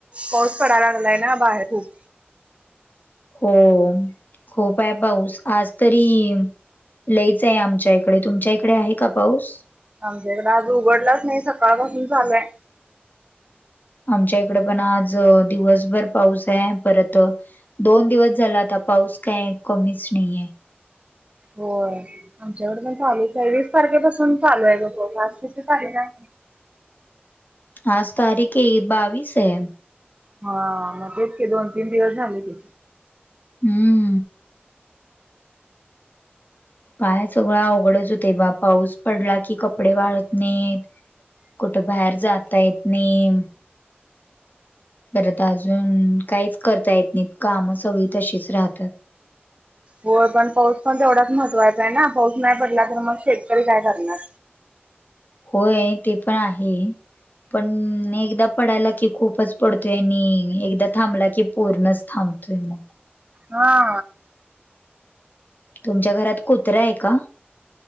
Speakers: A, on the right; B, on the left.
A: पाऊस पडायला लागलाय ना बाहेर खूप.
B: हो, खूप आहे पाऊस आज तरी लईच आहे आमच्या इकडे तुमच्या इकडे आहे का पाऊस?
A: आमच्या इकडे आज उघडलाच नाही सकाळपासून चालूय?
B: आमच्या इकड पण आज दिवसभर पाऊस आहे परतहा दोन दिवस झाल आता पाऊस काय कमीच नाही आहे.
A: होय आमच्याकडे पण चालूच हाय वीस तारखेपासून चालू आहे बघ आज किती तारीख हाय?
B: आज तारीखे बावीस आहे.
A: हा मग तेच की दोन तीन दिवस झाले की.
B: हम्म. काय सगळं अवघडच होतय बा पाऊस पडला की कपडे वाळत नाहीत. कुठ बाहेर जाता येत नाही. परत अजून काहीच करता येत नाही काम सगळी तशीच राहतात. <inaudible>
A: होय पण पाऊस पण तेवढाच महत्वाचा आहे ना पाऊस नाही पडला तर मग शेतकरी काय करणार?
B: होय ते पण आहे, पण एकदा पडायला की खूपच पडतोय आणि एकदा थांबला की पूर्णच थांबतोय म.
A: हा.
B: तुमच्या घरात कुत्रा आहे का?